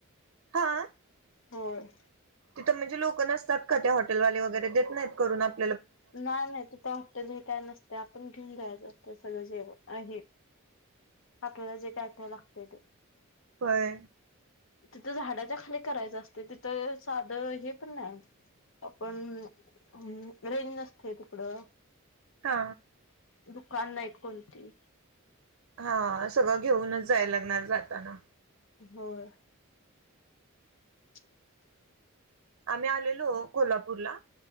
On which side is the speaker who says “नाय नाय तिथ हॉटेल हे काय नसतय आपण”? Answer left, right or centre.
Left